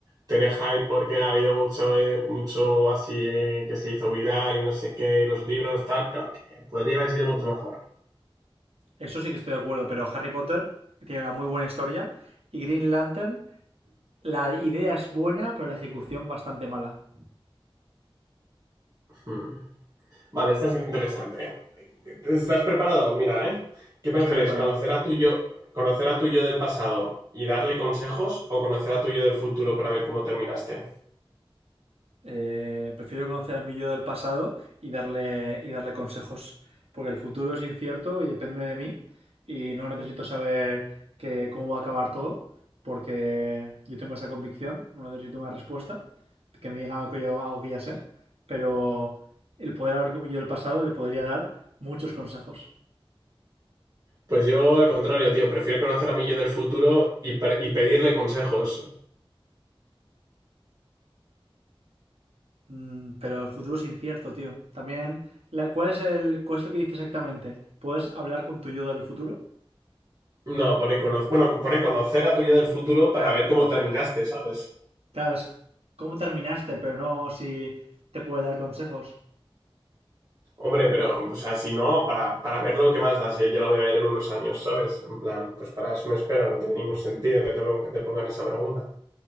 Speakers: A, on the right (about 40°); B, on the right (about 85°).
A: Tener hype porque ha habido mucho, eh, mucho así eh, que se hizo viral y no sé qué, los libros, tal, pero que podría haber sido mucho mejor.
B: Eso sí que estoy de acuerdo, pero Harry Potter tiene una muy buena historia y Green Lantern, la idea es buena, pero la ejecución bastante mala.
A: Hmm. Vale, esta es interesante. ¿Estás preparado? Mira, ¿eh? ¿Qué prefieres?
B: Estoy preparado.
A: ¿Conocer a tu yo, conocer a tu yo del pasado y darle consejos o conocer a tu yo del futuro para ver cómo terminaste?
B: Eh, prefiero conocer a mi yo del pasado y darle, y darle consejos, porque el futuro es incierto y depende de mí y no necesito saber que, cómo va a acabar todo, porque yo tengo esa convicción, no necesito una respuesta que me diga algo que, yo, algo que ya sé, pero el poder hablar con mi yo del pasado le podría dar muchos consejos.
A: Pues yo, al contrario, tío, prefiero conocer a mi yo del futuro y, pre- y pedirle consejos.
B: Mm, pero el futuro es incierto, tío. También, la- ¿cuál, es el, ¿cuál es lo que dice exactamente? ¿Puedes hablar con tu yo del futuro?
A: No, pone cono- bueno, pone conocer a tu yo del futuro
B: Claro,
A: para ver
B: conocer.
A: cómo terminaste, ¿sabes?
B: Claro, es cómo terminaste, pero no si te puede dar consejos.
A: Hombre, pero, o sea, si no, para, para verlo, ¿qué más da? Si ya lo voy a ver en unos años, ¿sabes? En plan, pues para eso me espero, no tiene ningún sentido que te, que te pongan esa pregunta.